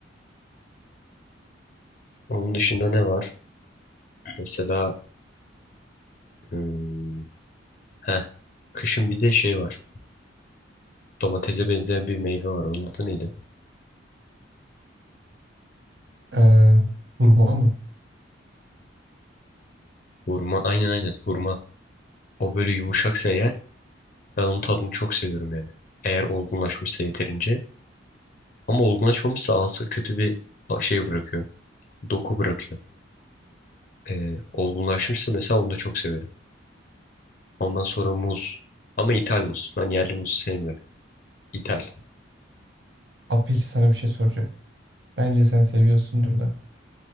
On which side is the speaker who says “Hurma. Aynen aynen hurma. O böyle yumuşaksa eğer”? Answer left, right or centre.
Left